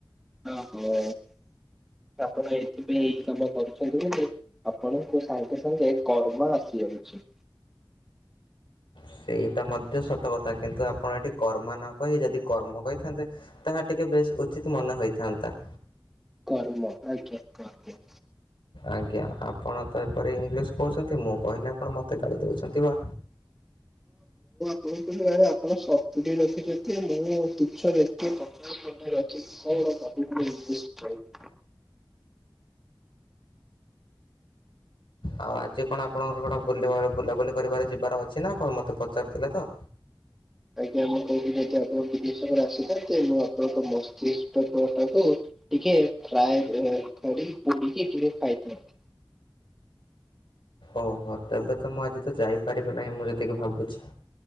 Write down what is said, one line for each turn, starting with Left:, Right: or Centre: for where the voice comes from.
Centre: ଓହୋ ଆପଣ ଏଥିପାଇଁ ଏଇ କାମ କରୁଛନ୍ତି ଯେ ଆପଣଙ୍କୁ ସାଙ୍ଗେ ସାଙ୍ଗେ କର୍ମ ଆସି ଯାଉଛି।
Left: ସେଇଟା ମଧ୍ୟ ସତ କଥା କିନ୍ତୁ ଆପଣ ଏଠି କର୍ମ ନ କହି ଯଦି କର୍ମ କହିଥାନ୍ତେ ତାହା ଟିକେ ବେଶ ଉଚିତ ମନେ ହୋଇଥାନ୍ତା।
Centre: କର୍ମ ଆଜ୍ଞା କହିବେ।
Left: ଆଜ୍ଞା ଆପଣ ତ ଏପରି ଇଂଲିଶ କହୁଛନ୍ତି ମୁଁ କହିଲି ଆପଣ ମ ମତେ ଗାଳି ଦଉଛନ୍ତି ବା।
Centre: ଶୁଣୁଥିଲୁ ଭରେ ଆପଣ ସତୁରି ରଖିଛନ୍ତି ମୁଁ ଦୁଇଛ ଦେଖେ ପଚାଶ ଟଙ୍କା ରଖିଚି ଶୋହଳ ଟଙ୍କା। ହ <inaudible>
Left: ଆଉ ଆଜି କଣ ଆପଣଙ୍କର ବୁଲିବାର ବୁଲା ବୁଲି ପରିବାର ଯିବାର ଅଛି ନା କଣ ମତେ ପଚାରୁଥିଲେ ତ?
Centre: ଆଜ୍ଞା ମୁଁ କହୁଥିଲିକି ଆପଣ ବିଦେଶରେ ଆସିଥାନ୍ତେ ମୁଁ ଆପଣଙ୍କ ମସ୍ତିଷ୍କ ଟିକେ ଫ୍ଲାଏ ପୋଡିକି ଟିକେ ଖାଇଥାନ୍ତି।
Left: ଓହୋ ହଠାତ୍ ତ ମୁଁ ଆଜି ତ ଯାଇପାରିବି ନାହିଁ ମୁଁ ଯେତିକି ଭାବୁଛି।